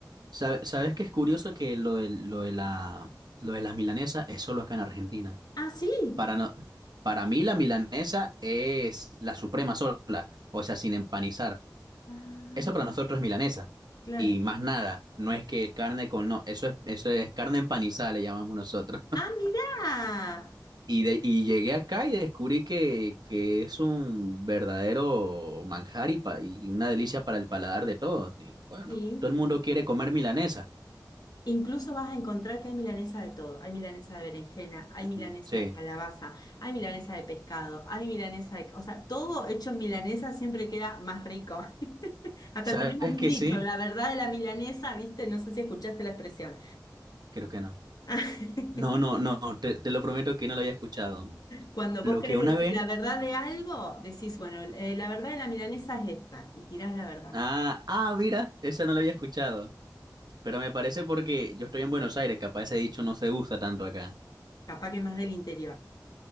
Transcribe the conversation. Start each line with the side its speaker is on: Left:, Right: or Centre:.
Right: Sabe- ¿Sabes qué es curioso que lo de, lo de la, lo de las milanesas es solo acá en Argentina?
Left: Ah, sí.
Right: Para, no, para mí la milanesa es la suprema sola, o sea, sin empanizar.
Left: Ah,
Right: Eso para nosotros es milanesa.
Left: claro.
Right: Y más nada, no es que carne con no, eso es, eso es carne empanizada, le llamamos nosotros.
Left: Ah, mirá.
Right: Y, de, y llegué acá y descubrí que, que es un verdadero manjar y, pa- y una delicia para el paladar de todos. Digo, bueno,
Left: Sí.
Right: todo el mundo quiere comer milanesa.
Left: Incluso vas a encontrar que hay milanesa de todo. Hay milanesa de berenjena, hay milanesa
Right: Mm. Sí,
Left: de calabaza, hay milanesa de pescado, hay milanesa de... O sea, todo hecho en milanesa siempre queda más rico. <laughs> Hasta
Right: ¿sabes
Left: tenemos
Right: que
Left: un dicho,
Right: sí?
Left: la verdad de la milanesa, ¿viste? No sé si escuchaste la expresión.
Right: Creo que no.
Left: <laughs>
Right: No, no, no, te, te lo prometo que no lo había escuchado.
Left: Cuando
Right: Lo
Left: vos querés
Right: que una
Left: decir
Right: vez...
Left: la verdad de algo, decís, bueno, eh, la verdad de la milanesa es esta, y tirás la verdad.
Right: Ah, ah, mira, esa no la había escuchado. Pero me parece porque yo estoy en Buenos Aires, capaz ese dicho no se usa tanto acá.
Left: Capaz que más del interior.